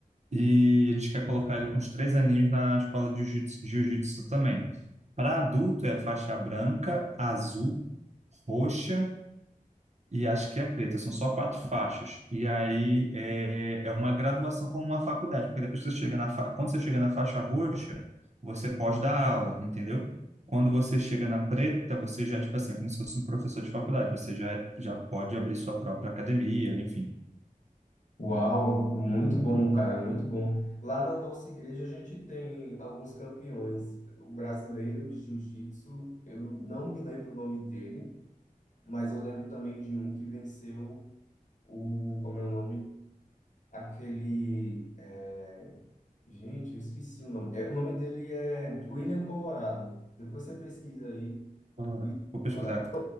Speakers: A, on the right; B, on the left.
A: E a gente quer colocar ele com uns três aninhos na escola de jiu-jitsu jiu-jitsu também. Para adulto é faixa branca, azul, roxa e acho que é preta, são só quatro faixas. E aí é, é uma graduação como uma faculdade, porque depois que você chega na fa... quando você chega na faixa roxa, você pode dar aula, entendeu? Quando você chega na preta, você já, tipo assim, é como se fosse um professor de faculdade, você já, é- já pode abrir sua própria academia, enfim.
B: Uau, muito bom, cara, muito bom. Lá na nossa igreja a gente tem alguns campeões. O brasileiro de jiu-jitsu, eu não me lembro o nome dele, mas eu lembro também de um que venceu o, como é o nome? Aquele, é, gente, eu esqueci o nome. É, o nome dele é William Colorado. Depois você pesquisa aí,
A: Colorado.
B: William
A: Vou pesquisar,
B: Colorado.